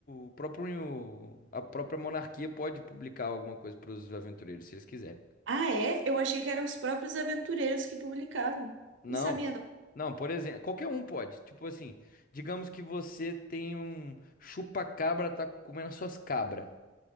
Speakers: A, on the left; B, on the right.
A: o próprio, a própria monarquia pode publicar alguma coisa para os aventureiros, se eles quiserem.
B: Ah, é? Eu achei que eram os próprios aventureiros que publicavam.
A: Não.
B: Não sabia, não.
A: Não, por exemplo, qualquer um pode. Tipo assim, digamos que você tem um chupa-cabra, tá comendo as suas cabras